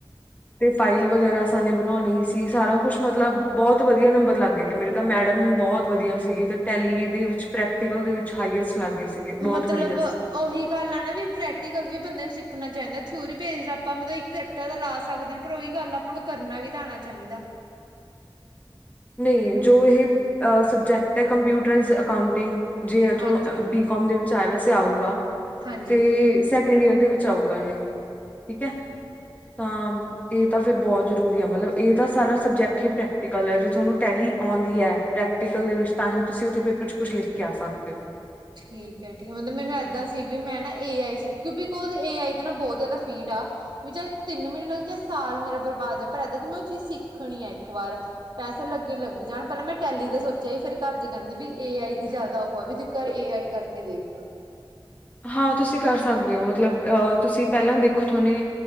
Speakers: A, on the left (about 20°); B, on the right (about 60°).
A: ਤੇ ਫਾਈਲ ਵਗੈਰਾ ਅਸਾ ਨੇ ਬਨਾਓਨੀ ਸੀ ਸਾਰਾ ਕੁਛ ਮਤਲਬ ਬੋਹਤ ਵਦੀਆ ਨੰਬਰ ਲਾੱਗ ਗਏ ਤੇ ਮੇਰੇ ਤਾਂ ਮੈੜਮ, ਬੋਹਤ ਵਦੀਆ ਸੀਗੇ ਤੇ ਟੈਲੀ ਦੇ ਵਿੱਚ ਪ੍ਰੈਕਟੀਕਲ ਦੇ ਵਿੱਚ ਹਾਈਐਸਟ ਲਾੱਗ ਗਏ ਸੀ। ਸੀਗੇ ਬਹੁਤ
B: ਮਤਲਬ
A: ਵਧੀਆ
B: ਓਹੀ ਗੱਲ ਆ ਨਾ ਵੀ ਪ੍ਰੈਕਟੀਕਲ ਵੀ ਬੰਦੇ ਨੂੰ ਸਿੱਖਨਾ ਚਾਂਈਦਾ, ਥਿਊਰੀ ਬੇਸਡ ਆਪਾਂ ਮਤਲਬ ਇੱਕ ਟਾ ਤਾਂ ਲਾ ਸਾਕਦੇ ਆ ਪਰ ਓਈ ਗਾੱਲ ਆਪਾਂ ਨੂੰ ਕਰਨਾ ਵੀ ਤਾਂ ਆਣਾ ਚਾਂਹੀਦਾ।
A: ਨਈ ਜੋ ਏਹ, ਅ ਸਬਜੈਕਟ ਹੈ ਕੰਪਿਊਟਰਾਇਜ਼ ਅਕਾਉਂਟਿੰਗ ਜੇ ਤੁਹਾਨੂੰ
B: ਹਾਂਜੀ
A: ਬੀ ਕਮ ਦੇ ਵਿੱਚ ਐ ਵੈਸੇ ਆਊਗਾ,
B: ਹਾਂਜੀ
A: ਤੇ ਸੈਕਿੰਡ ਈਅਰ ਦੇ ਵਿੱਚ ਆਊਗਾ ਏਹੇ ਠੀਕ ਐ। ਤਾਂ, ਏ ਤਾਂ ਫੇਰ ਬੋਤ ਜਰੂਰੀ ਐ ਮਤਲਬ ਏ ਤਾਂ ਸਾਰਾ ਸਬਜੈਕਟ ਹੀ ਪ੍ਰੈਕਟੀਕਲ ਐ ਜੋ ਥੋਨੂੰ ਟੈਲੀ ਆਉਂਦੀ ਐ, ਪ੍ਰੈਕਟੀਕਲ ਦੇ ਵਿੱਚ ਤਾਂ ਹੀ ਤੁਸੀਂ ਓਥੇ ਪੇਪਰ ਚ ਕੁਛ ਲਿਖ ਕੇ ਆ ਸਕਦੇ ਓ।
B: ਠੀਕ ਐ, ਠੀਕ ਮਤਲਬ ਮੈਨੂੰ ੲੈਦਾ ਸੀ ਵੀ ਮੈਂ ਨਾ ਏ ਆਈ ਸੀ ਕੇਓ ਬਿਕੋਜ਼ ਏ ਆਈ ਦਾ ਨਾ ਬੋਤ ਜਾਦਾ ਫੀੜ ਆ ਵੀ ਚਾਏ ਤਿੰਨ ਮ੍ਹਿਨੇ ਲੱਗ ਜੇ ਸਾਲ ਮੇਰਾ ਬਰਬਾਦ ਜਾਏ, ਪਰ ਆਜ ਵਿੱਚ ਮੈਂ ਓ ਚੀਜ ਸਿੱਖਣੀ ਆ ਇੱਕ ਵਾਰ। ਪੈਸੇ ਲੱਗੇ ਲੱਗ ਜਾਣ ਪੈਲਾਂ ਮੈਂ ਟੈਲੀ ਦਾ ਸੋਚੇਆ ਹੀ, ਫੇਰ ਘਾਰ ਦੇ ਕੈਂਦੇ ਵੀ ਏ ਆਈ ਦੀ ਜਾਦਾ ਓਹ ਆ ਵੀ ਪਰ ਏ ਆਈ ਕਰਕੇ ਦੇਖ।
A: ਹਾਂ, ਤੁਸੀਂ ਕਰ ਸਾਕਦੇ ਓ ਮਤਲਬ ਅ ਤੁਸੀਂ ਪੈਲਾਂ ਦੇਖੋ ਥੋਨੇ